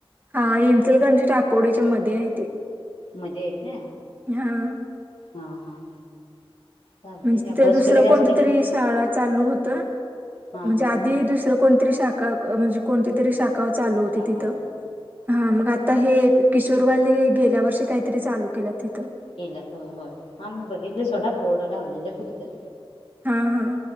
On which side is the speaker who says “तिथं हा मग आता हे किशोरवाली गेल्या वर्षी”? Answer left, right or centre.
Right